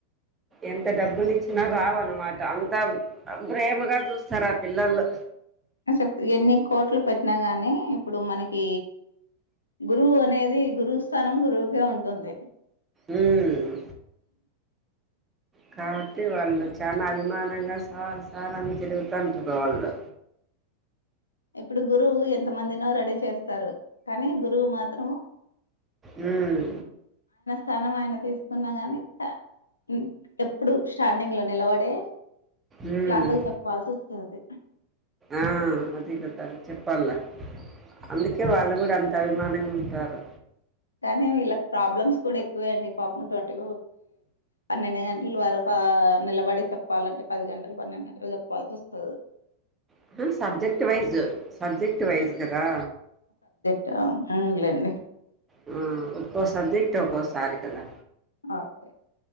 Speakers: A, on the right; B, on the left.
A: ఎంత డబ్బులు ఇచ్చినా రావు అన్నమాట, అంతమ్ ప్రేమగా చూస్తారు ఆ పిల్లలు.
B: చెప్ ఎన్ని కోట్లు పెట్టినా గాని ఇప్పుడు మనకి, గురువు అనేది గురువు స్థానం గురువుకే ఉంటుంది.
A: ఉమ్మ్ కాబట్టి వాళ్ళు చాలా అభిమానంగా సార్, సార్ అని తిరుగుతుంటారు వాళ్ళు.
B: ఇప్పుడు గురువు ఎంత మందినో రెడీ చేస్తారు, కానీ గురువు మాత్రము
A: ఉమ్మ్
B: తనువు ఆయన తీసుకున్నా గాని, <inaudible> ఎప్పుడు స్టార్డింగ్ లో నిలబడే
A: ఉమ్మ్
B: క్లాసులు చెప్పాల్సి వస్తుంది
A: ఆ <inaudible> చెప్పాల అందుకే వాళ్ళు గుడా అంత అభిమానంగా ఉంటారు.
B: కానీ వీళ్లకి ప్రాబ్లమ్స్ కూడా ఎక్కువే అండి, పాపం ట్వంటీ పన్నెండు గంటల వరకు నిలబడి చెప్పాలంటే పది గంటలు, పన్నెండు గంటలు చెప్పాల్సి వస్తది.
A: ఇప్పుడు సబ్జెక్ట్ వైజ్, సబ్జెక్ట్ వైజ్ గదా.
B: టా అవున్లేండి.
A: ఉమ్మ్ ఆ ఒక్కో సబ్జెక్ట్, ఒక్కోసారి కదా.
B: ఓకే.